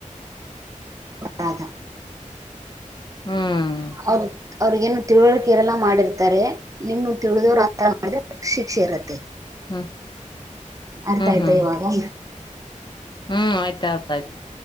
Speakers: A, on the right; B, on the left.
A: ರಾಧಾ.
B: ಹ್ಮ್.
A: ಅವ್ರುಗ ಅವ್ರಗ ಏನು ತಿಳುವಳ್ಕೆ ಇರಲ್ಲಾ ಮಾಡಿರ್ತಾರೆ ನಿಮ್ಮ್ ತಿಳಿದವರು <unintelligible> ಮಾಡಿದ್ರೆ ಶಿಕ್ಷೆ ಇರತ್ತೆ.
B: ಹ್ಮ್
A: ಅರ್ಥಾ ಆಯ್ತಾ
B: ಹ್ಮ್
A: ಇವಾಗಾ.
B: ಹ್ಮ್ ಆಯ್ತ ಆಯ್ತ ಆಯ್ತು